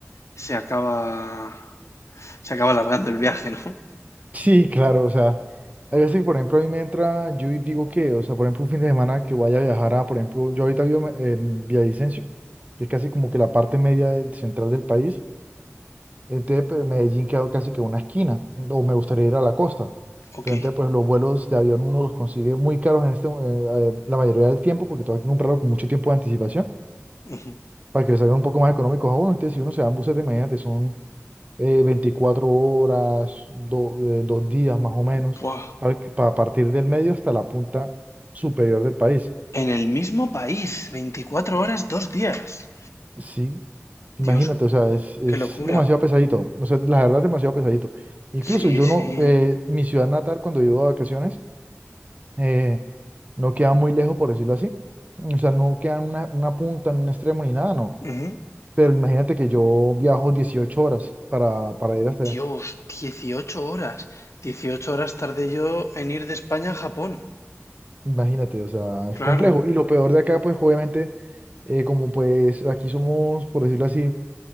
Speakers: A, on the left (about 75°); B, on the right (about 30°).
A: se acaba, se acaba alargando el viaje, ¿no? <laughs>
B: Sí, claro, o sea, hay veces que, por ejemplo, a mí me entra, yo digo que, o sea, por ejemplo, un fin de semana que vaya a viajar a, por ejemplo, yo ahorita vivo en en Villavicencio, que es casi como que la parte media de- central del país. Entonces, pues, Medellín quedó casi que una esquina, o me gustaría ir a la costa.
A: Ok.
B: Pero entonces, pues los vuelos de avión uno los consigue muy caros en este, mo- eh, eh, la mayoría del tiempo, porque tengo que comprarlo con mucho tiempo de anticipación,
A: Ujú.
B: para que le salgan un poco más económicos a uno. Entonces, si uno se va en buses de mañana, te son eh, 24 horas, do- eh, dos días más o menos,
A: Buah.
B: para, que- para partir del medio hasta la punta superior del país.
A: En el mismo país, 24 horas, dos días.
B: Sí, imagínate,
A: Dios,
B: o sea, es, es
A: qué locura.
B: demasiado pesadito, no sé, la verdad es demasiado pesadito. Incluso
A: Sí,
B: yo
A: sí.
B: no, eh, mi ciudad natal cuando vivo de vacaciones, eh, no queda muy lejos, por decirlo así. O sea, no queda en una, una punta, en un extremo ni nada, no.
A: Ujú.
B: Pero imagínate que yo viajo 18 horas para, para ir hasta allá.
A: Dios, 18 horas. 18 horas tardé yo en ir de España a Japón.
B: Imagínate, o sea, es
A: Claro.
B: complejo. Y lo peor de acá, pues obviamente, eh, como pues aquí somos, por decirlo así,